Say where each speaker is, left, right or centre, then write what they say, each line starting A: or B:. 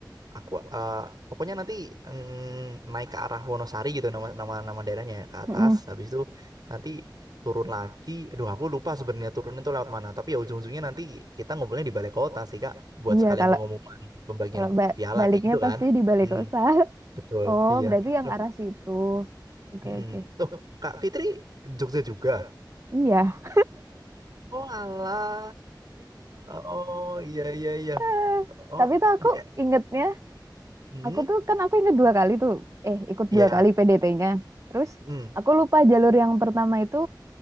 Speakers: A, on the right (about 60°); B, on the right (about 40°).
A: aku eh, pokoknya nanti mm, naik ke arah Wonosari gitu nama nama nama daerahnya ya, ke atas,
B: mm-mm.
A: habis itu nanti turun lagi. Aduh, aku lupa sebenarnya turun itu lewat mana. Tapi ya ujung-ujungnya nanti kita ngumpulnya di balai kota sih Kak, buat
B: Iya
A: sekalian
B: kalau
A: pengumuman pembagian
B: kalau ba-
A: piala
B: baliknya
A: kayak gitu
B: pasti
A: kan.
B: di Balai
A: Hmm,
B: Kota. <laughs>
A: betul.
B: Oh
A: Iya.
B: berarti yang
A: Loh,
B: arah situ. Oke
A: mm-mm.
B: oke.
A: Loh, Kak Fitri Jogja juga.
B: Iya.
A: Oh alah. Oh iya iya iya.
B: Eh,
A: Oh
B: Tapi tuh aku
A: di
B: ingetnya,
A: Hmm,
B: aku tuh kan aku inget dua kali tuh. Eh, ikut
A: iya.
B: dua kali PDT-nya. Terus
A: Hmm,
B: aku lupa jalur yang pertama itu